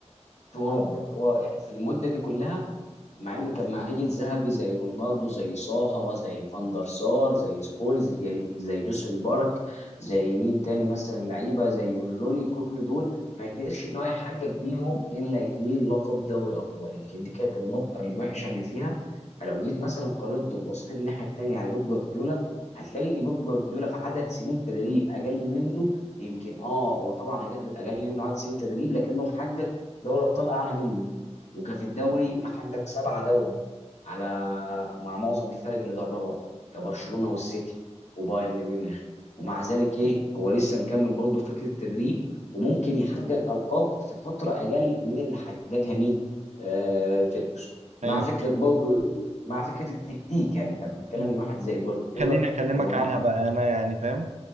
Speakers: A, on the left; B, on the right.
A: في اوروبا هو يعني في المده دي كلها مع انه كان معاه جيل ذهبي زي رونالدو زي صاها زي فان دار سار زي سكولز زي زي جوسن بارك زي مين تاني مثلا لعيبه زي ويروني كل دول ما قدرش ان هو يحقق بيهم الا اتنين لقب دوري ابطال يمكن دي كانت النقطه الوحشه اللي فيها فلو جيت مثلا قارنته وبصيت الناحيه التانيه على بيب جوارديولا هتلاقي ان بيب جوارديولا في عدد سنين تدريب اقل منه يمكن اه هو طبعا اقل أقل منه عدد سنين تدريب لكنه محقق دوري ابطال اعلى منه وكان في الدوري محقق سبعة دوري على مع معظم الفرق اللي دربها كبرشلونة والسيتي وبايرن ميونخ ومع ذلك ايه هو لسه مكمل برضه في فكرة التدريب وممكن يحقق ألقاب في فترة أقل من اللي حققها مين آه فيرجسون مع
B: ايوه
A: فكرة برضه إيه، مع فكرة التكتيك يعني انت بتتكلم
B: مم.
A: ان واحد زي جوارديولا
B: خليني اكلمك
A: هو
B: عنها بقى انا يعني فاهم